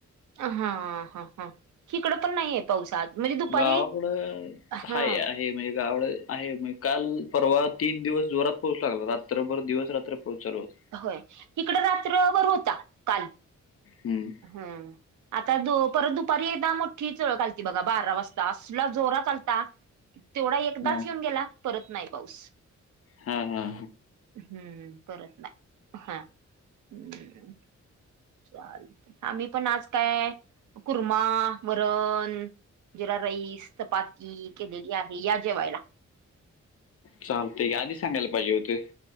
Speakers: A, on the right; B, on the left.
A: हा हा हा हीकडं पण नाही आहे. पाऊस आज म्हणजे दुपारी
B: गावाकड
A: हा
B: हाय, आहे म्हणजे गावाकड आहे मग काल परवा तीन दिवस जोरात पाऊस लागला रात्रभर दिवस रात्र पाऊस चालू होत.
A: होय तीकड रात्रभर होता काल.
B: हम्म
A: हम आता द परत दुपारी एकदा मोठी झुळूक आलती बघा बारा वाजता असला जोरात आलता. तेवढा एकदाच
B: हां.
A: येऊन गेला परत नाही पाऊस.
B: हा हा
A: हम्म परत नाय हा हम्म चालतय, आम्ही पण आज काय कुर्मा वरण जीरा राईस, चपाती केलेली आहे या जेवायला.
B: चालत की, आधी सांगायला पाहिजे होत.